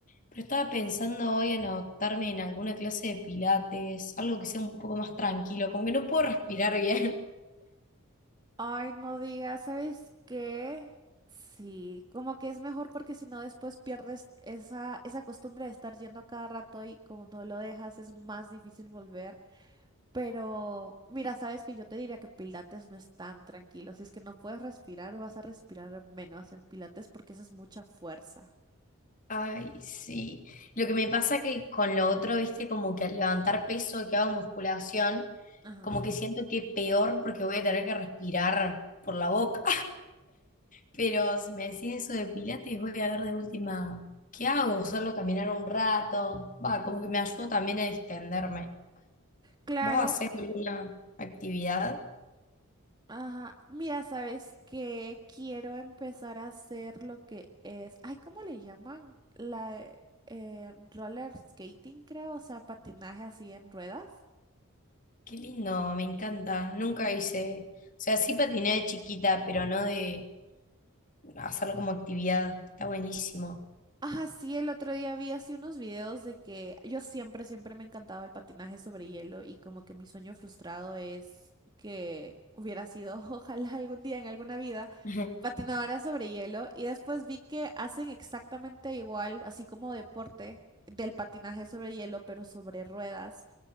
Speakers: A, on the left (about 35°); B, on the right (about 20°).
A: pero estaba pensando hoy en anotarme en alguna clase de pilates, algo que sea un poco más tranquilo, como que no puedo respirar bien.
B: Ay, no digas, ¿sabes qué? Sí, como que es mejor porque si no después pierdes esa, esa costumbre de estar yendo a cada rato y como no lo dejas es más difícil volver. Pero mira, sabes que yo te diría que Pilates no es tan tranquilo. Si es que no puedes respirar, vas a respirar menos en Pilates porque esa es mucha fuerza.
A: <laughs> Ay, sí. Lo que me pasa que con lo otro, viste, como que al levantar peso que hago musculación,
B: Ajá.
A: como que siento que peor porque voy a tener que respirar por la boca. Pero si me decís eso de Pilates, voy a ver de última, ¿qué hago? Solo caminar un rato. Va, como que me ayudó también a extenderme.
B: Claro
A: ¿Vos hacés alguna actividad?
B: Ajá, mira, sabes que quiero empezar a hacer lo que es, ay, ¿cómo le llaman? La eh, roller skating, creo, o sea, patinaje así en ruedas.
A: Qué lindo, me encanta. Nunca hice, o sea, sí patiné de chiquita, pero no de hacerlo como actividad. Está buenísimo.
B: Ajá, sí, el otro día vi así unos videos de que yo siempre, siempre me encantaba el patinaje sobre hielo y como que mi sueño frustrado es que hubiera sido, <laughs> ojalá algún día en alguna vida,
A: <laughs>
B: patinadora sobre hielo y después vi que hacen exactamente igual, así como deporte del patinaje sobre hielo, pero sobre ruedas.